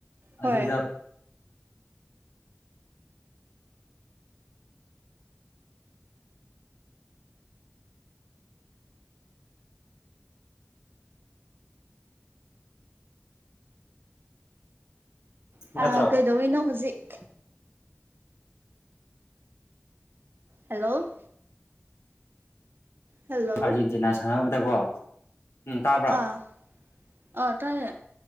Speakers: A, on the right (about 55°); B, on the left (about 75°).
A: ꯍꯣꯏ
B: ꯑꯗꯨꯗ ꯅꯠꯇ꯭ꯔꯣ
A: ꯑ ꯀꯩꯗꯣꯋꯅꯣ ꯍꯧꯖꯤꯛ ꯍꯜꯂꯣ ꯍꯜꯂꯣ
B: ꯑꯥꯔꯖꯦꯟꯇꯤꯅꯥ ꯁꯥꯟꯅꯕꯗꯀꯣ ꯎꯝ ꯇꯥꯕ꯭ꯔꯥ
A: ꯑ ꯑ ꯇꯥꯏ